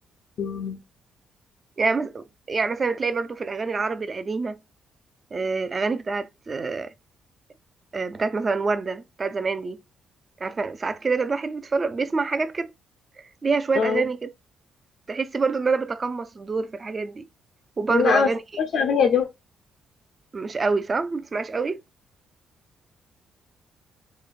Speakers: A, on the left; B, on the right.
A: مم.
B: يعني مث- يعني مثلا تلاقي برضو في الاغاني العربي القديمه آه، الاغاني بتاعت آه، آه، بتاعت مثلا ورده بتاعت زمان دي عارفه ساعات كده الواحد بيتفرج بيسمع حاجات كده ليها شويه
A: اه
B: اغاني كده تحس برضو ان انا بتقمص الدور في الحاجات دي وبرضو
A: لا انا
B: اغاني
A: ما بسمعش اغاني قديمة
B: مش قوي صح ما بتسمعش قوي